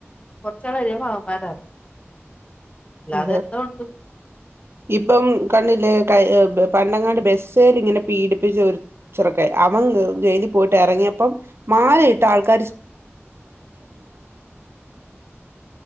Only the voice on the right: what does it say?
അതെ
ഇപ്പം കണില്ലേ പണ്ടങ്ങാട് ബസ്സേൽ ഇങ്ങനെ പീഡിപ്പിച്ച ഒരു ചെറുക്കൻ അവൻ ജയിലിൽ പോയിട്ട് ഇറങ്ങിയപ്പം മാലയിട്ട് ആൾക